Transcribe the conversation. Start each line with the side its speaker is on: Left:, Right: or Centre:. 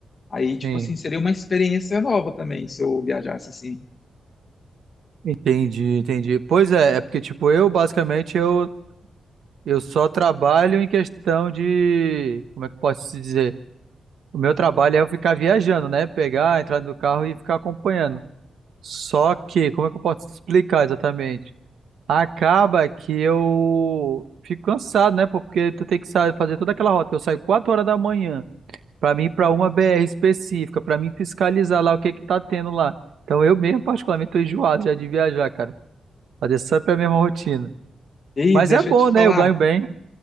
Left: Aí, tipo
Right: Sim,
Left: assim, seria uma experiência nova também se eu viajasse assim.
Right: entendi, entendi. Pois é, é porque, tipo, eu basicamente eu, eu só trabalho em questão de. Como é que eu posso te dizer? O meu trabalho é eu ficar viajando, né? Pegar, entrar no carro e ficar acompanhando. Só que, como é que eu posso te explicar exatamente? Acaba que eu fico cansado, né? pô? Porque tu tem que sa- fazer toda aquela rota. Eu saio 4 horas da manhã. Para mim, para uma BR específica, para mim fiscalizar lá o que que tá tendo lá. Então eu mesmo, particularmente, tô enjoado já de viajar, cara. Fazer sempre é a mesma rotina.
Left: E
Right: Mas
Left: deixa
Right: é bom,
Left: eu te falar,
Right: né? Eu ganho bem.